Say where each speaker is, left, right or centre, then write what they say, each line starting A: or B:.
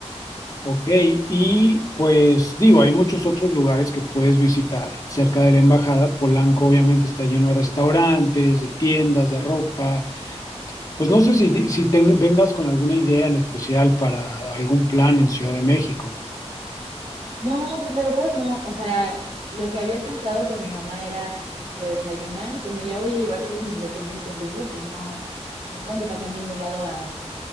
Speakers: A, on the left; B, on the right.
A: Ok, y pues digo, hay muchos otros lugares que puedes visitar cerca de la embajada. Polanco obviamente está lleno de restaurantes, de tiendas, de ropa. Pues no sé si, si ten- vengas con alguna idea en especial para algún plan en Ciudad de México.
B: No, pues la verdad no, o sea, lo que había pensado con mi mamá era justo desayunar y como ya voy a llevar todos mis documentos y eso, pues no, no tengo que pasar a ningún lado a